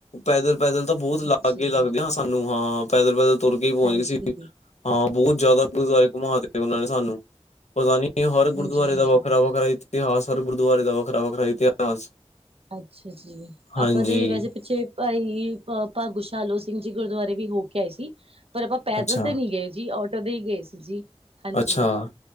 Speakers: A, on the left (about 85°); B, on the right (about 60°).
A: ਪੈਦਲ, ਪੈਦਲ ਤਾਂ ਬਹੁਤ ਲਾਗੇ
B: ਅੱਛਾ ਜੀ
A: ਲੱਗਦੇ ਹਾਂ ਸਾਨੂੰ ਹਾਂ ਪੈਦਲ, ਪੈਦਲ। ਤੁਰ ਕੇ ਹੀ ਪਹੁੰਚ
B: ਹਾਂਜੀ
A: ਗਈ ਸੀ। ਹਾਂ, ਬਹੁਤ ਜ਼ਿਆਦਾ ਗੁਦੁਆਰੇ ਘੁੰਮਾ ਤੇ ਉਹਨਾਂ ਨੇ ਸਾਨੂੰ ਪਤਾ ਨੀ। ਹਰ ਗੁਰਦੁਆਰੇ
B: ਹਾਂਜੀ ਹਾਂਜੀ
A: ਦਾ ਵੱਖਰਾ, ਵੱਖਰਾ ਇਤਿਹਾਸ ਹਰ, ਗੁਰਦੁਆਰੇ ਦਾ ਵੱਖਰਾ, ਵੱਖਰਾ ਇਤਿਹਾਸ
B: ਅੱਛਾ ਜੀ,
A: ਹਾਂਜੀ
B: ਆਪਾਂ ਤੇ ਵੈਸੇ ਪਿੱਛੇ ਭਾਈ ਭਾਗੁਸ਼ਾਲੋ ਸਿੰਘ ਜੀ ਗੁਰਦੁਆਰੇ ਵੀ ਹੋ ਕੇ ਆਏ ਸੀ। ਪਰ ਆਪਾਂ ਪੈਦਲ
A: ਅੱਛਾ
B: ਤੇ ਨਈ ਗਏ ਜੀ। ਆਟੋ ਤੇ ਹੀ ਗਏ ਸੀ ਜੀ ਹਾਂਜੀ।
A: ਅੱਛਾ,